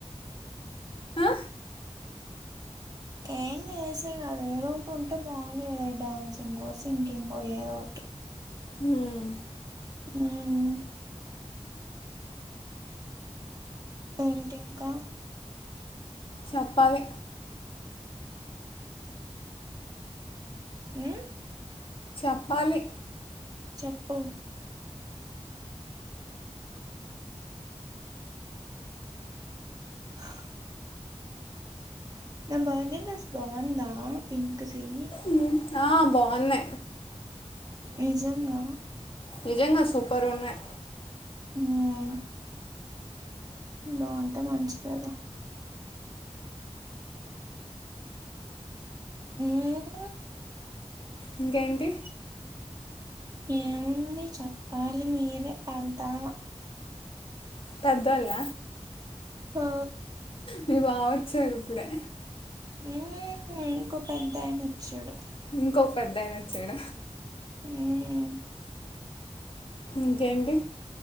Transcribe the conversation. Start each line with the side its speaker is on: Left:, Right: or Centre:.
Left: ఆ,
Right: ఏం చేసే కదా ఏదో ఒకటి ఉంటే బాగున్ను కదా డాన్సింగ్ సింగింగ్ ఏదో ఒకటి
Left: ఉమ్
Right: ఉమ్ ఏంటి ఇంకా
Left: చెప్పాలి
Right: ఉమ్మ్
Left: చెప్పాలి
Right: చెప్పు హ నా బర్త్డే డ్రెస్ బావుందా పింక్ది
Left: మ్మ్, ఆ బాగుంది
Right: నిజంగా
Left: నిజంగా సూపర్ ఉన్నయి
Right: ఉమ్ బావుంటే మంచిదే గా ఉమ్
Left: ఇంకేంటి
Right: ఏముంది చెప్పాలి మీరే పెద్దమా
Left: పెద్దొల్ల
Right: ఆ
Left: మీ బావొచ్చారు ఇప్పుడే
Right: ఉమ్మ్ ఇంకో పెద్ద ఆయినొచ్చాడు
Left: ఇంకొ పెద్దయినొచ్చాడ
Right: ఉమ్మ్
Left: ఇంకేంటి